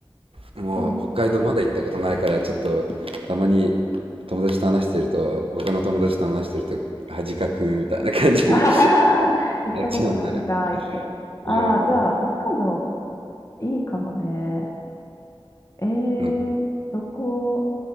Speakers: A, on the right (about 80°); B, on the left (about 35°).
A: もう北海道まだ行ったことないから、
B: そうなんだ。
A: ちょっとたまに友達と話してると、他の友達と話してると恥かくみたいな感じに
B: <laughs> あははは行ったことないんかいって。
A: <laughs> なっちゃうんだよね。
B: ああ、
A: うん。
B: じゃあ、北海道いいかもね。えー、
A: なんか、
B: どこ、